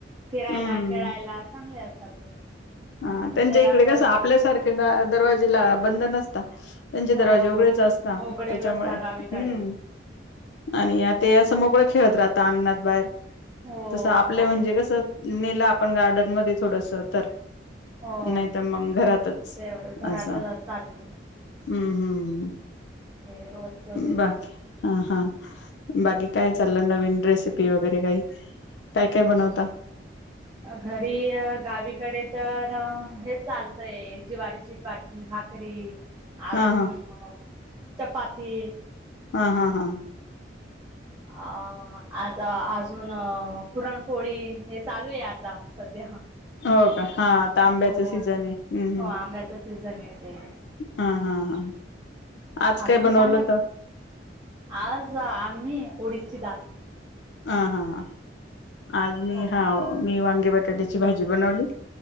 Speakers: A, on the right (about 20°); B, on the left (about 65°).
A: फिरायला,
B: हम्म
A: खेळायला, चांगले असतात ते.
B: हा त्यांच्या
A: शहरात
B: इकडे कसं, आपल्यासारख्या दरवाजे ला बंद नसता. त्यांचे
A: हो
B: दरवाजे
A: हो
B: उघडेच असता.
A: उघडेच
B: त्याच्यामुळे.
A: असता गावीकडे
B: हम्म. आणि ते अस मोकळ खेळत राहता. अंगणात. बाहेर.
A: हो
B: तस आपलं
A: बाहेर
B: म्हणजे कसं, नेलं आपण गार्डन मध्ये थोडस तर.
A: हो
B: नाही त मग घरातच.
A: ते एवढं घरातच
B: असं
A: असतात
B: हम्म हम्म.
A: ते रोजच
B: बाकी हा हा. बाकी काय चाललं नवीन रेसिपी वगैरे काही काय काय बनवता?
A: घरी गावीकडे तर हेच चालतय ज्वारीची बाट भाकरी अजून
B: हा हा
A: अ चपाती
B: हं हं हं
A: आ आज अजून पुरणपोळी हे चालू ये आता सध्या
B: हो का हा आता आांब्याच
A: हो
B: सीजन ये हूं हूं
A: हो आंब्याचा सीझन ये ते.
B: हा हा हा आज
A: हा
B: काय
A: तुम्ही
B: बनवलं
A: सांगा
B: होत.
A: आज आम्ही उडीदची डाल.
B: हा हां आज मी
A: हो
B: हा मी वांगे बटाट्याची भाजी बनवली.